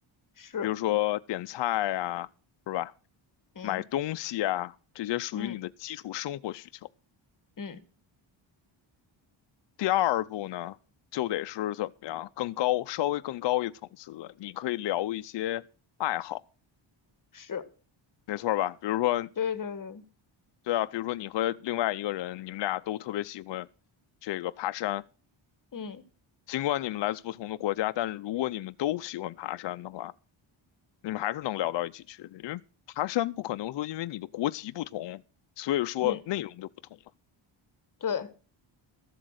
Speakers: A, on the left; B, on the left.
A: 是，
B: 比如说点菜呀、是吧？
A: 嗯
B: 买东西啊，这些属于你的基础生活需求。
A: 嗯嗯
B: 第二步呢，就得是怎么样，更高，稍微更高一层次的，你可以聊一些爱好，
A: 是，
B: 没错吧？比如说，
A: 对对对，
B: 对啊，比如说你和另外一个人，你们俩都特别喜欢这个爬山，
A: 嗯
B: 尽管你们来自不同的国家，但是如果你们都喜欢爬山的话，你们还是能聊到一起去，因为爬山不可能说因为你的国籍不同，所以说内容就不同了，
A: 嗯对，